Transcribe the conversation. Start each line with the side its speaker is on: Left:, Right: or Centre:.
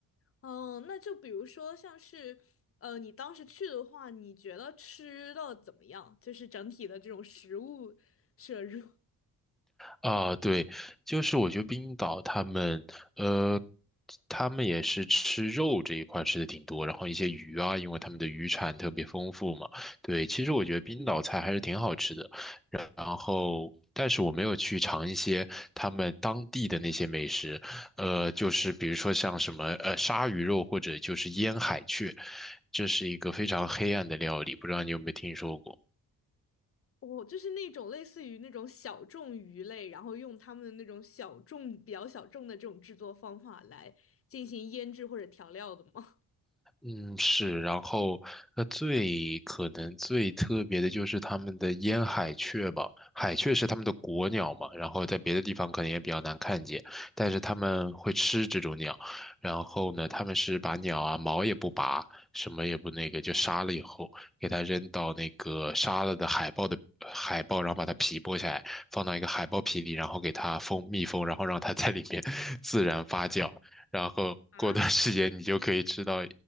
Left: 嗯，那就比如说像是，呃，你当时去的话，你觉得吃的怎么样？就是整体的这种食物摄入。
Centre: 啊，对，就是我觉得冰岛他们，呃，他们也是吃肉这一块吃的挺多，然后一些鱼啊，因为他们的渔产特别丰富嘛。对，其实我觉得冰岛菜还是挺好吃的，然后，但是我没有去尝一些他们当地的那些美食，呃，就是比如说像什么呃鲨鱼肉或者就是腌海雀，这是一个非常黑暗的料理，不知道你有没有听说过？
Left: 我就是那种类似于那种小众鱼类，然后用他们的那种小众、比较小众的这种制作方法来进行腌制或者调料的吗？
Centre: 嗯，是，然后那最可能最特别的就是他们的烟海雀吧，海雀是他们的国鸟嘛，然后在别的地方可能也比较难看见，但是他们会吃这种鸟，然后呢，他们是把鸟啊毛也不拔，什么也不那个，就杀了以后给它扔到那个杀了的海豹的呃海豹，然后把它皮剥下来，放到一个海豹皮里，然后给它封密封，然后让它在里面 <laughs> 自然发酵。然后过段时间你就可以吃到
Left: 啊，